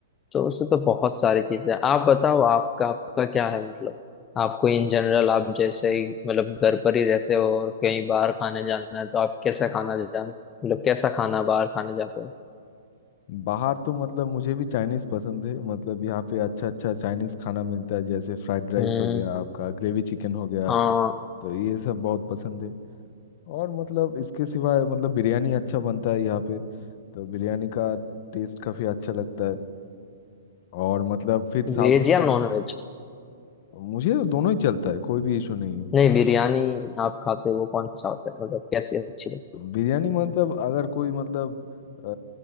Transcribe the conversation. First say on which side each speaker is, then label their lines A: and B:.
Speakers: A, on the left; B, on the left.
A: तो वैसे तो बहुत सारी चीजें हैं। आप बताओ आपका आपका क्या है मतलब आपको इन जनरल आप जैसे ही मतलब घर पर ही रहते हो और कहीं बाहर खाने जाना है तो आप कैसा खाना जाना मतलब कैसा खाना बाहर खाने जाते हो
B: बाहर तो मतलब मुझे भी चाइनीज पसंद है मतलब यहाँ पे अच्छा अच्छा चाइनीज खाना मिलता है जैसे फ्राइड राइस
A: हम्म
B: हो गया आपका ग्रेवी चिकन हो गया
A: हाँ
B: तो ये सब बहुत पसंद है और मतलब इसके सिवाय मतलब बिरयानी अच्छा बनता है यहाँ पे तो बिरयानी का टेस्ट काफ़ी अच्छा लगता है और मतलब फिर साउथ
A: वेज
B: इंडियन
A: या नॉन वेज
B: मुझे दोनों ही चलता है कोई भी इशू नहीं है
A: नहीं बिरयानी आप खाते हो वो कौन सा होता है मतलब कैसी अच्छी लगती है
B: बिरयानी मतलब अगर कोई मतलब अ,